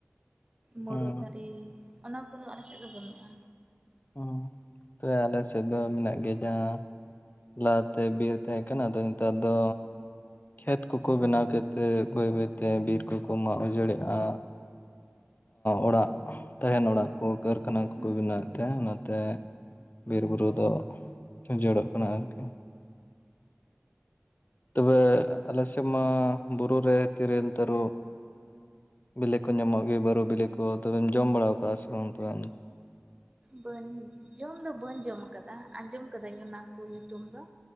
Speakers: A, on the right; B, on the left.
A: ᱢᱩᱨᱩᱫ
B: ᱦᱩᱸ
A: ᱫᱟᱨᱮ ᱚᱱᱟ ᱠᱚᱫᱚ ᱟᱞᱮ ᱥᱮᱫ ᱫᱚ ᱵᱟᱹᱱᱩᱜᱼᱟ᱾
B: ᱦᱚᱸ ᱦᱟᱯᱮ ᱟᱞᱮ ᱥᱮᱫ ᱫᱚ ᱢᱮᱱᱟᱜ ᱜᱮᱭᱟ ᱡᱟᱦᱟᱸ ᱞᱟᱦᱟ ᱛᱮ ᱵᱤᱨ ᱛᱟᱦᱮᱸ ᱠᱟᱱᱟ ᱟᱫᱚ ᱱᱮᱛᱟᱨ ᱫᱚ ᱠᱷᱮᱛ ᱠᱚᱠᱚ ᱵᱮᱱᱟᱣ ᱠᱮᱫ ᱛᱮ ᱵᱟᱹᱭ ᱵᱟᱹᱭᱛᱮ ᱵᱤᱨ ᱠᱚᱠᱚ ᱢᱟᱜ ᱚᱡᱟᱹᱲᱮᱜᱼᱟ᱾ ᱚᱲᱟᱜ ᱛᱟᱦᱮᱱ ᱚᱲᱟᱜ ᱠᱚ ᱠᱟᱹᱨᱠᱷᱟᱱᱟ ᱠᱚᱠᱚ
A: ᱦᱩᱸ
B: ᱵᱮᱱᱟᱣ ᱮᱫ ᱛᱮ ᱱᱟᱛᱮ ᱵᱤᱨ ᱵᱩᱨᱩ ᱫᱚ ᱩᱡᱟᱹᱲᱚᱜ ᱠᱟᱱᱟ ᱟᱨ ᱠᱤ ᱛᱚᱵᱮ ᱟᱞᱥᱮᱫ ᱢᱟ ᱵᱩᱨᱩ ᱨᱮ ᱛᱤᱨᱤᱞ ᱛᱟᱨᱩᱵ ᱵᱤᱞᱮ ᱠᱚ ᱧᱟᱢᱚᱜ ᱜᱮᱭᱟ ᱵᱟᱹᱨᱩ ᱵᱤᱞᱤ ᱠᱚ ᱛᱚᱵᱮᱢ ᱡᱚᱢ ᱵᱟᱲᱟᱣ ᱠᱟᱜᱼᱟ ᱥᱮ ᱵᱟᱝ ᱛᱚᱵᱮ
A: ᱵᱟᱹᱧ ᱡᱚᱢ ᱫᱚ ᱵᱟᱹᱧ ᱡᱚᱢ ᱠᱟᱫᱟ ᱟᱸᱡᱚᱢ ᱠᱟᱹᱫᱟᱹᱧ ᱚᱱᱟ ᱠᱚ ᱧᱩᱛᱩᱢ ᱫᱚ